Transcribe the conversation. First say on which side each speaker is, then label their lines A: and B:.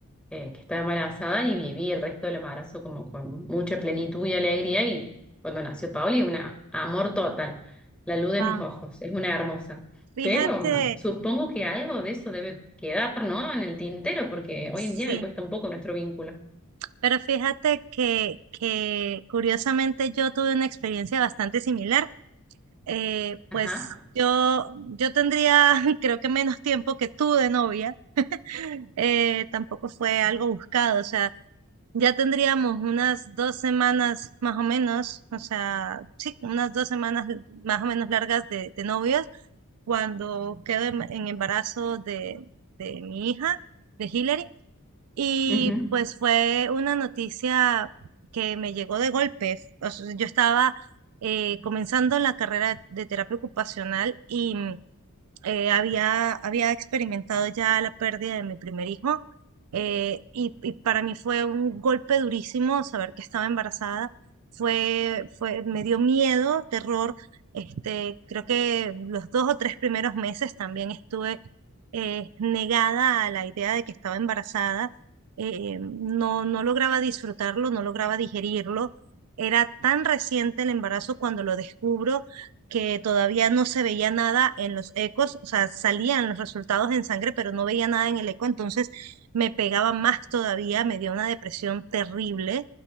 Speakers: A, in the centre; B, on the right (about 80°).
A: eh, que estaba embarazada y viví el resto del embarazo como con mucha plenitud y alegría y cuando nació Pauli, un amor total, la luz de
B: Ah,
A: mis ojos, es una hermosa.
B: fíjate,
A: Pero supongo que algo de eso debe quedar, ¿no? En el tintero, porque
B: sí.
A: hoy en día me cuesta un poco nuestro vínculo.
B: Pero fíjate que, que curiosamente yo tuve una experiencia bastante similar. Eh,
A: Ajá.
B: pues yo, yo tendría <laughs> creo que menos tiempo que tú de novia. Eh, tampoco fue algo buscado. O sea, ya tendríamos unas dos semanas más o menos. O sea, sí, unas dos semanas más o menos largas de, de novios cuando quedo en en embarazo de, de mi hija, de Hillary. Y
A: Ujú.
B: pues fue una noticia que me llegó de golpe. O sea, yo estaba eh, comenzando la carrera de, de terapia ocupacional y mm, eh, había, había experimentado ya la pérdida de mi primer hijo. eh, y, y para mí fue un golpe durísimo saber que estaba embarazada. Fue, fue, me dio miedo, terror. Este, creo que los dos o tres primeros meses también estuve eh, negada a la idea de que estaba embarazada, eh, no, no lograba disfrutarlo, no lograba digerirlo. Era tan reciente el embarazo cuando lo descubro que todavía no se veía nada en los ecos, o sea, salían los resultados en sangre, pero no veía nada en el eco, entonces me pegaba más todavía, me dio una depresión terrible,